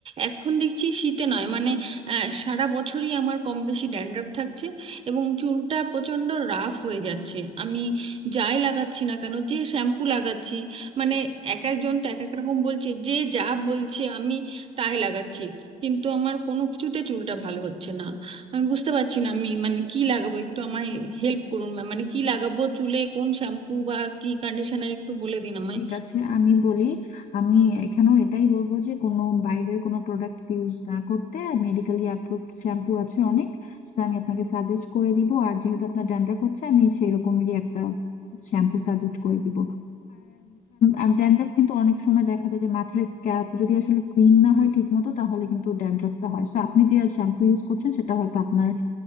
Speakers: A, on the right; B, on the left.
A: এখন দেখছি শীতে নয় মানে আহ, সারা বছরই আমার কম বেশি ড্যান্ড্রাফ থাকছে এবং চুলটা প্রচন্ড রাফ হয়ে যাচ্ছে আমি যাই লাগাচ্ছি না কেন যে শ্যাম্পু লাগাচ্ছি মানে এক একজন তো এক এক রকম বলছে যে যা বলছে আমি তাই লাগাচ্ছি কিন্তু আমার কোনো কিছুতে চুলটা ভালো হচ্ছে না আমি বুঝতে পারছি না আমি মানে কি লাগাবো একটু আমায় হেল্প করুন ম্যাম মানে কি লাগাবো চুলে কোন শ্যাম্পু বা কি কন্ডিশনার একটু বলে দিন আমায়
B: ঠিক আছে আমি বলি আমি এখানেও এটাই বলবো যে কোনো বাইরের কোনো প্রোডাক্ট ইউজ না করতে মেডিকেলি অ্যাপ্রুভড শ্যাম্পু আছে অনেক সেটা আমি আপনাকে সাজেস্ট করে দিব আর যেহেতু আপনার ড্যান্ড্রাফ হচ্ছে আমি সেরকমেরই একটা শ্যাম্পু সাজেস্ট করে দিব আর ড্যান্ড্রাফ কিন্তু অনেক সময় দেখা যায় যে মাথার স্ক্যাল্প যদি আসলে ক্লিন না হয় ঠিক মতো তাহলে কিন্তু ড্যান্ড্রাফটা হয় সো আপনি যে শ্যাম্পু ইউজ করছেন সেটা হয়তো আপনার